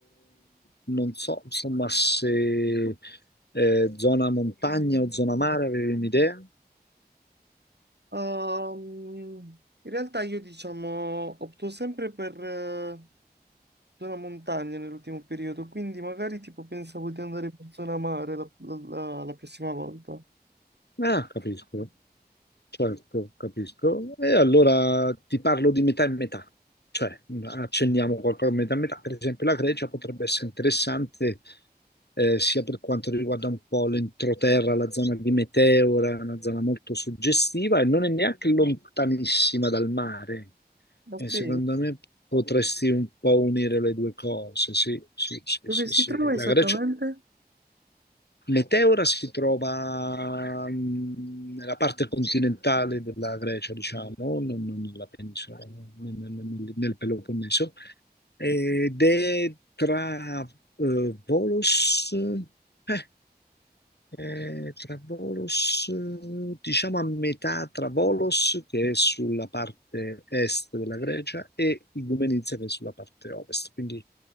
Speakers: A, on the left (about 75°); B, on the right (about 80°).
A: non so, insomma, se eh, zona montagna o zona mare avevi un'idea?
B: Ehm, in realtà io, diciamo, opto sempre per eh, zona montagna nell'ultimo periodo, quindi magari tipo pensavo di andare per zona mare la la- la- la prossima volta.
A: Ah, capisco. Certo, capisco. E allora ti parlo di metà e metà, cioè accenniamo qualcosa a metà e metà. Per esempio, la Grecia potrebbe essere interessante eh, sia per quanto riguarda un po' l'entroterra, la zona di Meteora, una zona molto suggestiva e non è neanche lontanissima dal mare.
B: Ma
A: E
B: sì?
A: secondo me potresti un po' unire le due cose. Sì, sì, sì,
B: Dove
A: sì,
B: si
A: sì.
B: trova esattamente?
A: La Grecia Meteora si trova mh, nella parte continentale della Grecia, diciamo, non, non nella penisola, nel, nel- nel Peloponneso, ed è tra eh, Volos, eh, è tra Volos, eh, diciamo a metà tra Volos, che è sulla parte est della Grecia, e Igoumenizia, che è sulla parte ovest, quindi